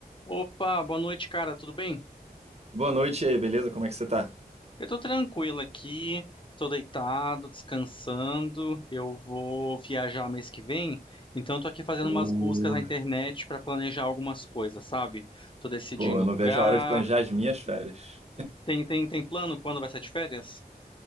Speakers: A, on the left (about 30°); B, on the right (about 40°).
A: Opa, boa noite, cara. Tudo bem?
B: Boa noite e aí, beleza? Como é que você tá?
A: Eu tô tranquilo aqui, tô deitado, descansando. Eu vou viajar mês que vem, então eu tô aqui fazendo
B: Ô,
A: umas buscas na internet pra planejar algumas coisas, sabe? Tô decidindo
B: Pô, eu não
A: lugar.
B: vejo a hora de planejar as minhas férias.
A: Tem, tem, tem plano quando vai ser de férias?